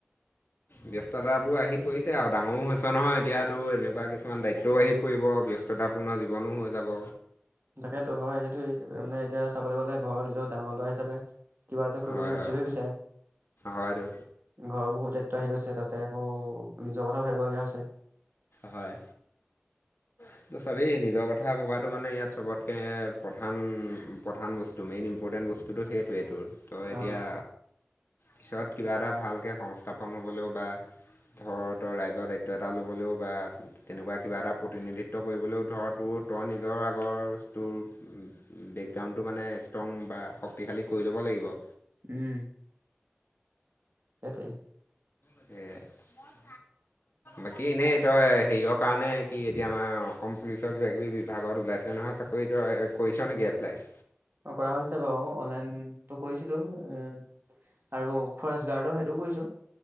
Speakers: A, on the left (about 60°); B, on the right (about 60°).
A: ব্যস্ততাবোৰ আহি পৰিছে আৰু ডাঙৰো হৈছে নহয় এতিয়াতো এনেকুৱা কিছুমান দায়িত্বও আহি পৰিব ব্যস্ততাপূৰ্ণ জীৱনো হৈ যাব।
B: তাকেতো হয় সেইটোৱেই মানে এতিয়া চাবলৈ গ'লে ঘৰৰ নিজৰ ডাঙৰ ল'ৰা হিচাপে কিবা এটা কৰিবলৈ
A: হয় হয়
B: চবেই বিচাৰে।
A: হয়তো
B: ঘৰৰ বহু দায়িত্ব আহি গৈছে তাতে আকৌ নিজৰ কথাও ভাবিবলগীয়া হৈছে।
A: হয়। <unintelligible> চাবেই নিজৰ কথা ভবাটো মানে ইয়াত চবতকে প্ৰধান প্ৰধান বস্তু মেইন ইম্পৰ্টেণ্ট বস্তু। <unintelligible> সেইটোৱেইটো তোৰ তই এতিয়া
B: অ'
A: পিছত কিবা এটা ভালকৈ সংস্থাপন হ'বলৈও বা ধৰ তই ৰাইজৰ দায়িত্ব এটা ল'বলৈও বা, তেনেকুৱা কিবা এটা প্ৰতিনিধিত <unintelligible> কৰিবলৈও ধৰ তোৰ তই নিজৰ আগৰ তোৰ বেকগ্ৰাউণ্ডটো মানে ষ্ট্ৰং বা শক্তিশালী কৰি ল'ব লাগিব।
B: উম। তাকেই।
A: <unintelligible> বাকী এনেই তই হেৰিয়ৰ কাৰণে, কি এতিয়া আমাৰ অসম পুলিচৰ কিবা-কিবি বিভাগত ওলাইছে নহয় চাক অই তই কৰিছ নেকি এপ্লাই?
B: কৰা হৈছে বাৰু, অনলাইনটো কৰিছিলো এ আৰু ফৰেষ্ট গাৰ্ডৰ সেইটোও কৰিছো।